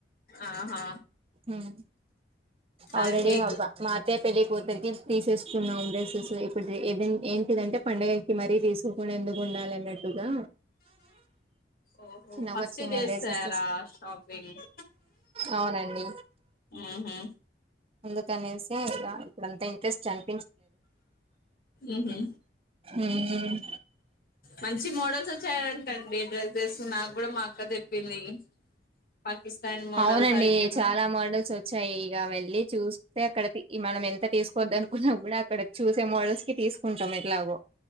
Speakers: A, on the left; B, on the right.
A: ఆహా
B: ఉం ఆల్రెడి
A: అదే
B: మాబ్బా మా అత్తయ్య పెళ్లి కూతురికి తీసేసుకున్నాం డ్రెసెస్ ఇప్పుడు ఎదన్ ఏంటిదంటే పండగకి మరీ తీసుకోకుండా ఎందుకు ఉండాలి అన్నట్టుగా
A: ఓహో
B: చిన్న
A: ఫస్ట్దే
B: ఒక చిన్న డ్రెస్సెస్
A: సారా షాపింగ్
B: అవునండి
A: ఉహు
B: అందుకనేసి ఇగా ఇప్పుడంతా ఇంట్రెస్ట్ అన్
A: ఉహు
B: ఉమ్
A: మంచి మోడల్స్ వచ్చాయాటండి డ్రెస్సెస్ నాకు కూడా మాక్క తెప్పింది పాకిస్తానీ మోడల్స్
B: అవునండి
A: అయినేమో
B: చాలా మోడల్స్ వచ్చాయి ఇగ వెళ్ళి చూస్తే అక్కడ కి మనం ఎ ంత తీసుకోద్దను కున్నా కూడా అక్కడ చూసె మోడల్స్ కి తీసుకుంటామె ట్లాగో